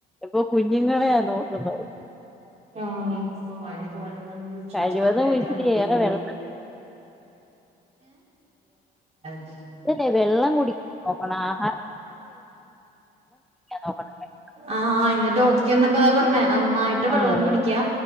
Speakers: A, in the centre; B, on the right.
A: ഇപ്പൊ കുഞ്ഞുങ്ങളെയ നോക്കുന്നത്
B: ഉ പോാലി പോല മ ചൂ
A: കഴിവതും ഇച്ചിരി
B: കന്തക്ക
A: ഏറെ വെള്ളം
B: ഏ
A: ഇല്ലെ വെള്ളം കുടിക്ക പോക്കണം ആഹ നോക്കണം
B: ആഹ ഇന്നിട്ട് ോക്കെന്ന ഇപ്പതാ പറഞ്ഞേ നന്നായിട്ട് വെള്ളം
A: ആഹ്
B: കുടിക്കാ